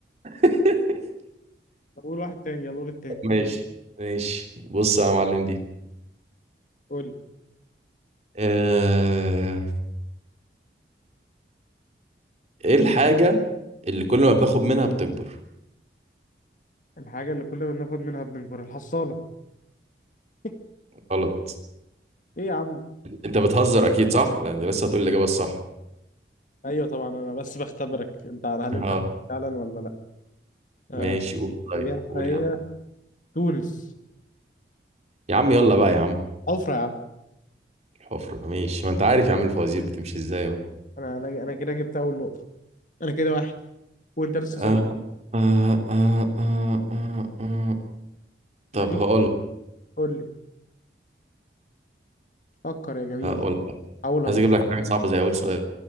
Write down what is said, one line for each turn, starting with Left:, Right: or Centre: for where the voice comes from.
Right: <laughs>
Left: طب قول واحد تاني يلا قول التاني
Right: طب ماشي ماشي بص يا معلم دي
Left: قول
Right: آه، ايه الحاجه اللي كل ما بناخد منها بتكبر
Left: الحاجة اللي كلنا بناخد منها بنكبر الحصالة <laughs>
Right: غلط
Left: ايه يا عم
Right: انت بتهزر اكيد صح لان لسه هتقول الاجابه الصح
Left: ايوه طبعا انا بس بختبرك انت على هل
Right: اه
Left: انت فعلا ولا لا آه،
Right: ماشي قول طيب
Left: الإجابة
Right: قول
Left: هي
Right: يا عم
Left: تونس
Right: يا عم يلا بقى يا عم
Left: حفرة يا عم
Right: الحفرة ماشي ما انت عارف يا عم الفوازير بتمشي ازاي اهو
Left: انا انا انا كده جبت اول نقطة انا كده واحد وانت لسه
Right: آه،
Left: صفر
Right: آه، آه، آه، آه، آه. طب
Left: لغيت
Right: هقول
Left: قول لي فكر يا جميل
Right: هقول
Left: حاولها
Right: عايز
Left: برضه
Right: اجيب لك حاجه صعبه زي اول سؤال